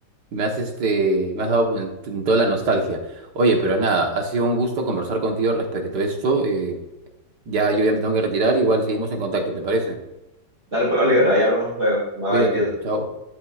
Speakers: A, on the right (about 60°); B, on the right (about 30°).
A: me has, este, me has dado en, en toda la nostalgia. Oye, pero nada, ha sido un gusto conversar contigo respecto a esto. eh, ya yo ya me tengo que retirar, igual seguimos en contacto, ¿te parece?
B: Dale pues, Oliver, ahí hablamos luego. Bye,
A: Cuídate,
B: cuídate.
A: chao.